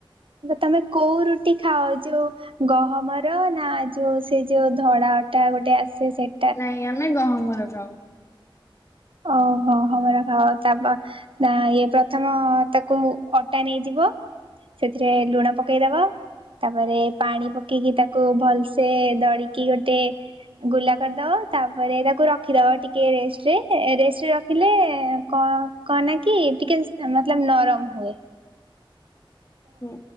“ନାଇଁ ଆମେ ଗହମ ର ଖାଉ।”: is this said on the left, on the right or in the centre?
Left